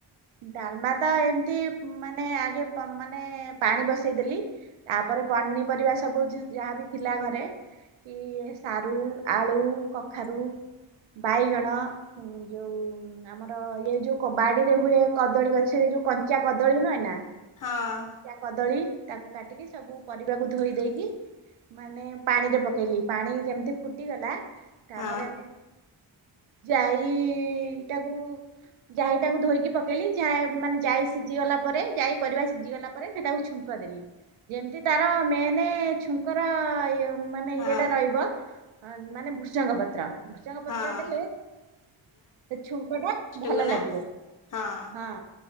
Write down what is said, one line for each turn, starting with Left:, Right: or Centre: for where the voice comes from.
Right: ଡାଲମା ତ ଏମିତି ମାନେ ଆଗେ ମାନେ ପାଣି ବସେଇଦେଲି। ତାପରେ ପନିପରିବା ସବୁ ଯାହାବି ଥିଲା ଘରେ କି ସାରୁ ଆଳୁ କଖାରୁ ବାଇଗଣ ଯୋଉଁ ହଁ ଆମର ଇଏ ଯୋଉ ବାଡିରେ ହୁଏ କଦଳୀ ଗଛରେ ଯୋଉ କଞ୍ଚା କଦଳୀ ନୁହେଁ ନା
Left: ହଁ
Right: ତା କଦଳୀ ତାକୁ କାଟିକି ସବୁ ପରିବାକୁ ଧୋଇ ଦେଇକି ମାନେ ପାଣିରେ ପକେଇଲି ପାଣି ଯେମିତି ଫୁଟିଗଲା ତାପରେ
Left: ହଁ
Right: ଆମେ ଯାଇ ଟାକୁ ଯାଇ ଟାକୁ ଧୋଇକି ପ ଲି ଯା ମାନେ ଯାଇ ସିଝିଗଲା ପରେ ଯାଇ ପରିବା ସିଝିଗଲା ପରେ ସେଟାକୁ ଛୁଙ୍କ ଦେଲି ଯେମିତି ତାର ମେନେ ଛୁଙ୍କର ଇ ମାନେ
Left: ହଁ
Right: ଇଏଟା ରହିବ ମାନେ ଭୃଷଙ୍ଗ ପତ୍ର ଭୃସଙ୍ଗ ପତ୍ର
Left: ହଁ
Right: ଦେଲେ ସେ ଛୁଙ୍କ ଟା
Left: ଲାଷ୍ଟକୁ
Right: ଭଲ
Left: ନା
Right: ଲାଗିବ
Left: ହଁ
Right: ହଁ